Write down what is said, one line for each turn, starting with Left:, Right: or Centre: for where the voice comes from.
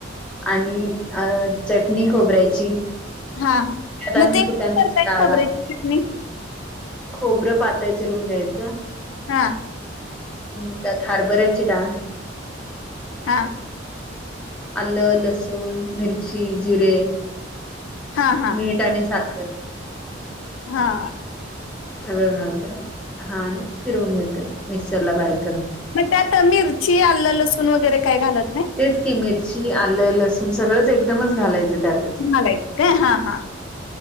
Centre: आणि अ चटणी खोबऱ्याची.
Left: हा
Centre: त्यात
Left: मग
Centre: आम्ही
Left: ते कती
Centre: फुटाण्याची
Left: करताय
Centre: डाळ
Left: खोबऱ्याची
Centre: घालतो.
Left: चिटणी.
Centre: खोबरं पातळ चिरून घ्यायचं.
Left: हा.
Centre: हम् त्यात हारबरायची डाळ.
Left: हा.
Centre: आलं लसूण मिरची जिरे.
Left: हा हा
Centre: मीठ आणि साखर.
Left: हा.
Centre: सगळं घालतय हा आणि फिरवून घेतय मिक्सर ला बारीक करून घेत.
Left: मग त्यात मिरची आलं लसूण वगैरे काय घालत नाही.
Centre: तेच की मिरची आलं लसूण सगळंच एकदमच घालायचं त्यात.
Left: चमलायत का हा हा.